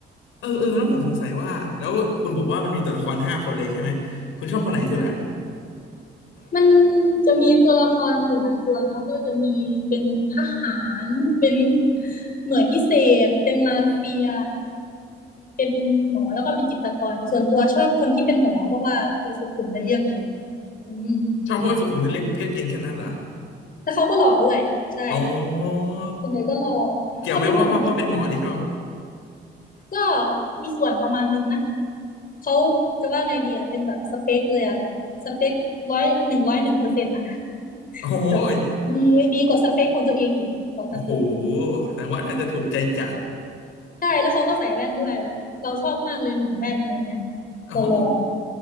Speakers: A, on the left; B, on the left.
A: เออเออแล้วผมสงสัยว่าแล้วคุณบอกว่ามันมีตัวละครห้าคนเลยใช่ไหมคุณชอบคนไหนสุดอ่ะ
B: อืมใช่ มันจะมีตัวละครอยู่หลายตัวเนาะก็จะมีเป็นทหารเป็น <laughs> หน่วยพิเศษเป็นมาเฟียเป็นหมอแล้วก็เป็นจิตรกรส่วนตัวชอบคนที่เป็นหมอเพราะว่าเขาสุขุมและเยือกเย็นอืม
A: ชอบเพราะว่าสุขุมวิทเลือกเลือกกินแค่นั้นเหรอ
B: แต่เขาก็หล่อด้วยใช่
A: อ๋อ
B: ส่วนใหญ่ก็หล่อ
A: เกี่ยวไหมว่าเพราะเพราะเป็นหมอที่ชอบ
B: เขาเป็นหมอก็มีส่วนประมาณนึงนะเขาจะว่าไงดีอะเป็นแบบสเปคเลยอะแบบสเปคร้อยหนึ่งร้อยหนึ่งเปอร์เซ็นต์อะ
A: โอ้ย
B: แบบดีดีกว่าสเปคของตัวเองอีกบอกตามตรง
A: โอ้โหแสดงว่าน่าจะถูกใจจัด
B: ใช่แล้วเขาก็ใส่แว่นด้วยเราชอบมากเลยหนุ่มแว่นอะไรเงี้ย
A: โอ้โห
B: หล่อ